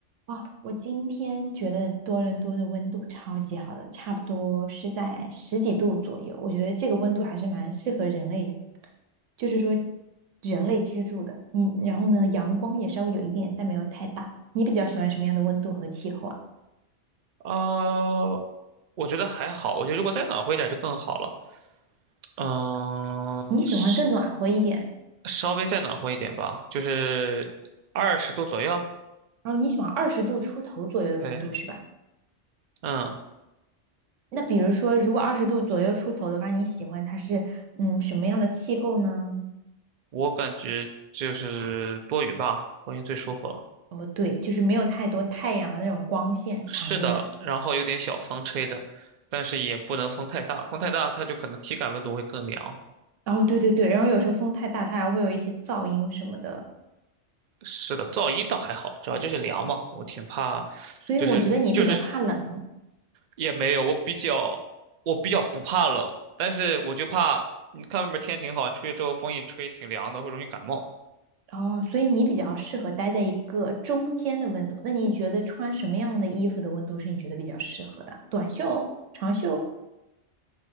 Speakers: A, on the right; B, on the right.
A: 哇，我今天觉得多伦多的温度超级好的，差不多是在十几度左右。我觉得这个温度还是蛮适合人类，就是说人类居住的。你然后呢，阳光也稍微有一点，但没有太大。你比较喜欢什么样的温度和气候啊？
B: 啊，我觉得还好，我觉得如果再暖和一点就更好了。嗯、
A: 你喜欢更暖和一点，
B: 稍稍微再暖和一点吧，就是二十度左右。
A: 然后你喜欢二十度出头左右的温度是吧？
B: 对，嗯，
A: 那比如说，如果二十度左右出头的话，你喜欢它是嗯什么样的气候呢？
B: 我感觉就是多云吧，多云最舒服了。
A: 哦，对，就是没有太多太阳的那种光线强烈的，
B: 是的，然后有点小风吹着，但是也不能风太大，风太大它就可能体感温度会更凉。
A: 哦，对对对，然后有时候风太大，它还会有一些噪音什么的，
B: 是的，噪音倒还好，主要就是凉嘛，我挺怕，
A: 所以我觉得你比较怕冷，
B: 就是就是也没有，我比较我比较不怕冷，但是我就怕你看外面天挺好，出去之后风一吹挺凉的，会容易感冒。
A: 哦，所以你比较适合待在一个中间的温度。那你觉得穿什么样的衣服的温度是你觉得比较适合的？短袖、长袖？